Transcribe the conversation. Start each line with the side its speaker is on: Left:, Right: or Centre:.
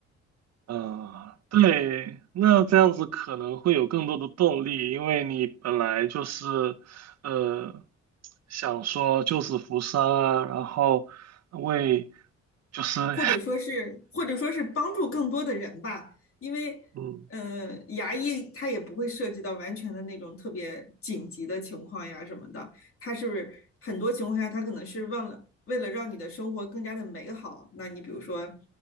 Right: 嗯，对，那这样子可能会有更多的动力，因为你本来就是，呃，想说救死扶伤啊，然后为就是，<laughs>
Left: 或者说是或者说是帮助更多的人吧，因为呃，
Right: 嗯。
Left: 牙医它也不会涉及到完全的那种特别紧急的情况呀什么的，它是不是很多情况下它可能是忘了为了让你的生活更加的美好，那你比如说